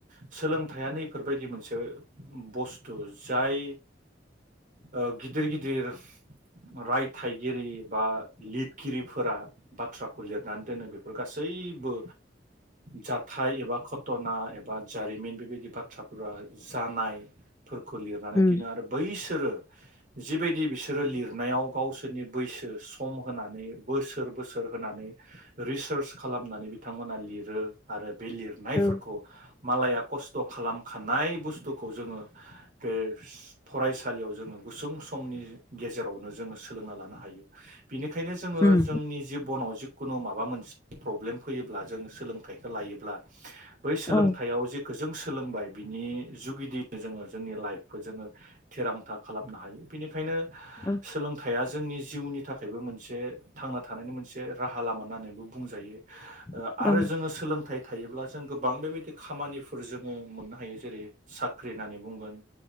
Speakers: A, on the right; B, on the left.
A: सोलोंथाइआ नै फोरबायदि मोनसे बस्थु जाय ओ गिदिर गिदिर रायथाइगिरि बा लिरगिरिफोरा बाथ्राखौ लिरनानै दोनो बे फोर गासैबो जाथाय एबा घटना एबा जारिमिन बेबायदि बाथ्राफोरा जानाय फोरखौ लिरनानै
B: उम
A: दोनो आरो बैस सोरो जिबायदि बिसोरो लिरनायाव गावसोरनि बैसो सम होनानै बोसोर बोसोर होनानै रिसार्च खालामनानै बिथांमोना लिरो आरो बे लिरनायफोरखौ
B: औ
A: मालाया खस्थ खालामखानाय बुस्थुखौ जोङो बे फरायसालियाव जोङो गुसुं समनि गेजेरावनो जोङो सोलोंना लानो हायो बिनि खायनो जोङो
B: उम
A: जोंनि जिबनाव जि खुनुमा बा मोनसे प्रब्लेम फैयोब्ला जों सोलोंथाइखौ लायोब्ला बै सोलोंथायाव
B: औ
A: जे गोजों सोलोंबाय बिनि जुगिदियैनो जोङो जोंनि लाइफखौ जोङो थिरांथा खालामनो हायो बिनिखायनो
B: औ
A: सोलोंथाइया जोंनि जिउनि थाखायबो मोनसे थांना थानायनि मोनसे राहा लामा होननानै बो बुंजायो। ओ
B: औ
A: आरो
B: औ
A: जोङो सोलोंथाइ थायोब्ला जों गोबां बेबायदि खामानिफोर जोङो मोननो हायो जेरै सा ख्रि होननानै बुंगोन